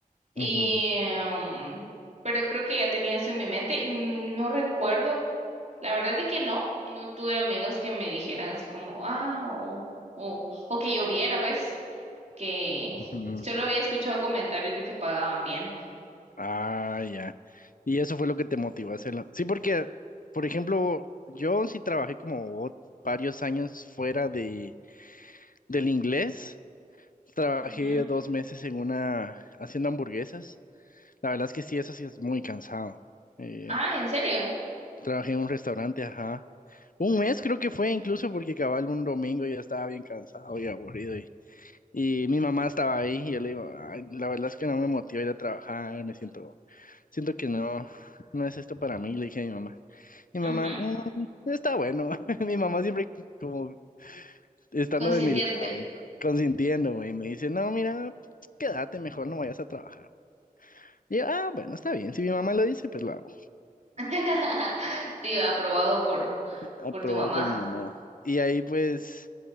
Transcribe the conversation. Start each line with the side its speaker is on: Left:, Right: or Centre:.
Right: Y,
Left: Ujú,
Right: em, pero creo que ya tenía eso en mi mente, y no recuerdo La verdad es que no, no tuve amigos que me dijeran así como, ah, o, o, o que yo viera, pues, que
Left: ujú.
Right: solo había escuchado comentarios de que pagaban bien.
Left: Ah, ya. Y eso fue lo que te motivó a hacerlo. Sí, porque, por ejemplo, yo sí trabajé como ot- varios años fuera de, del inglés. Trabajé
Right: Ujú.
Left: dos meses en una, haciendo hamburguesas. La verdad es que sí, eso sí es muy cansado. Eh,
Right: Ah, ¿en serio?
Left: Trabajé en un restaurante, ajá. Un mes creo que fue incluso porque cabal un domingo ya estaba bien cansado y aburrido y, y mi mamá estaba ahí y yo le digo, "Ay, la verdad es que no me motiva ir a trabajar, me siento, siento que no, no es esto para mí, le dije a mi mamá. Mi
Right: Ujú.
Left: mamá, "Mm, está bueno, <laughs> mi mamá siempre como estando
Right: Consintiéndote.
Left: de mi lado, ¿no? consintiéndome y me dice, no, mira, quédate mejor, no vayas a trabajar. Y yo, ah, bueno, está bien, si mi mamá lo dice, pues lo hago.
Right: <laughs> Sí, va, aprobado por,
Left: aprobado
Right: por tu mamá.
Left: por mi mamá. Y ahí pues